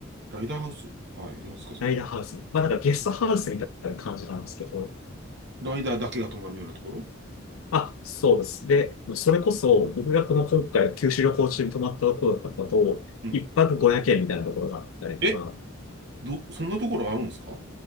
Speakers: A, on the right (about 55°); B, on the left (about 80°).
A: ライダーハウスはい。なんですか、それ。
B: ライダーハウス。まあなんかゲストハウスみたいな感じなんですけど、
A: ライダーだけが泊まるようなところ
B: あ、そうです。で、それこそ僕がこの今回、九州旅行中に泊まったところだったと、
A: うん。
B: 一泊500円みたいなところがあったりとか、
A: えど、そんなところあるんですか